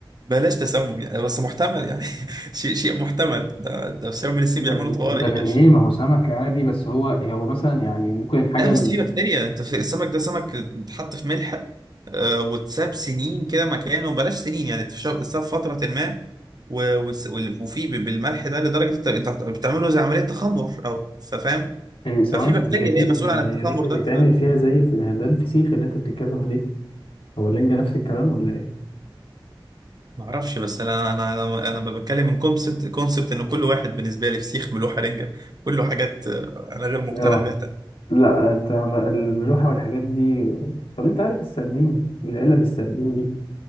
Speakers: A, on the right; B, on the left.
A: بلاش تسمم يعني بس محتمل يعني <laughs> شيء شيء محتمل ده ده في شم النسيم
B: ده
A: بيعملوا
B: من
A: طوارئ
B: ده من
A: يا باشا
B: ايه ما هو سمك عادي بس هو هو مثلا يعني ممكن الحاجة
A: لا بس في بكتيريا انت في السمك ده سمك اتحط في ملح آه، واتساب سنين كده مكانه بلاش سنين يعني اتشاب- اتساب فترة ما و- وس- وال- وفي ب- بالملح ده لدرجة انت انت بتعمله زي عملية تخمر او فاهم
B: هي ثواني
A: ففي بكتيريا
B: هي دي هي
A: هي مسؤولة عن
B: هي
A: التخمر
B: رنجة
A: ده
B: بيتعمل فيها زي الف... ده الفسيخ اللي انت بتتكلم عليه هو الرنجة نفس الكلام ولا ايه؟
A: فمعرفش بس انا انا انا أنا بتكلم من كونسبت كونسبت ان كل واحد بالنسبة لي فسيخ ملوحة رنجة كله حاجات آه، انا غير مقتنع
B: اه
A: بيها تماماً.
B: لا انت على الملوحة والحاجات دي طب انت عارف السردين العلب السردين دي